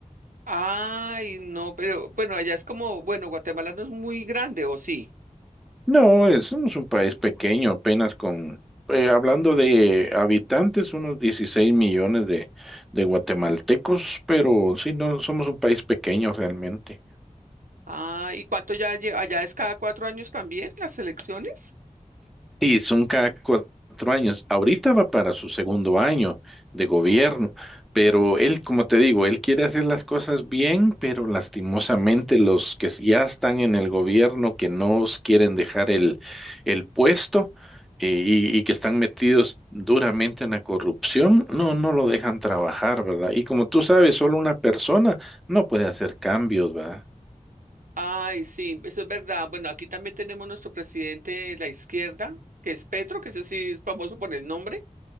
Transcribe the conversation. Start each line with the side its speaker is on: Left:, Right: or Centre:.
Right: Ay, no, pero bueno, allá es como, bueno, Guatemala no es muy grande, ¿o sí?
Centre: No, es- somos un país pequeño, apenas con, eh, hablando de habitantes, unos 16 millones de, de guatemaltecos, pero sí, no, somos un país pequeño realmente.
Right: Ah, ¿y cuánto ya lleva? ¿Allá es cada cuatro años también las elecciones?
Centre: Sí, son cada cuatro años. Ahorita va para su segundo año de gobierno, pero él, como te digo, él quiere hacer las cosas bien, pero lastimosamente los que ya están en el gobierno, que no os quieren dejar el, el puesto eh, y, y que están metidos duramente en la corrupción, no, no lo dejan trabajar, ¿verdad? Y como tú sabes, solo una persona no puede hacer cambios, ¿verdad?
Right: Ay, sí, eso es verdad. Bueno, aquí también tenemos nuestro presidente de la izquierda, que es Petro, que ese sí es famoso por el nombre.